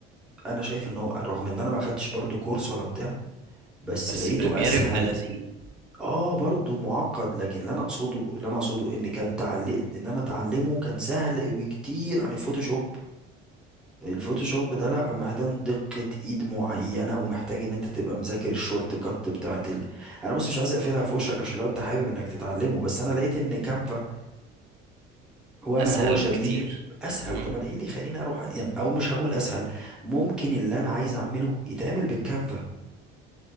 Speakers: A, in the centre; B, on the right (about 85°).
A: انا شايف ان هو رغم ان انا ما خدتش برضو كورس ولا بتاع بس
B: بس
A: لقيته
B: بريمير
A: اسهل
B: ابن لذينه
A: اه برضو معقد لكن اللي انا اقصده اللي انا اقصده ان كان تعليق ان انا اتعلمه كان سهل بكتير عن الفوتوشوب الفوتوشوب ده لا محتاج دقة ايد معينة ومحتاج ان انت تبقى مذاكر الشورت كات بتاعت ال... انا بص مش عايز اقفلها في وشك عشان لو انت حابب انك تتعلمه بس انا لقيت ان كانفا وما
B: اسهل
A: هو شبيه
B: بكتير
A: اسهل
B: مم.
A: طب انا ايه اللي يخليني اروح يعني او مش هقول اسهل ممكن اللي انا عايز اعمله يتعمل بالكانفا